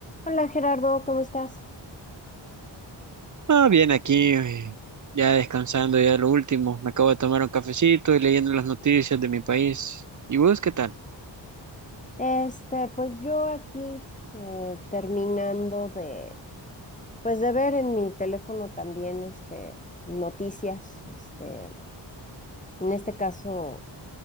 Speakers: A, on the left (about 15°); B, on the right (about 40°).
A: Hola Gerardo, ¿cómo estás?
B: Ah, bien, aquí eh, ya descansando, ya lo último. Me acabo de tomar un cafecito y leyendo las noticias de mi país. ¿Y vos qué tal?
A: Este, pues yo aquí eh, terminando de, pues de ver en mi teléfono también, este, noticias, este, en este caso,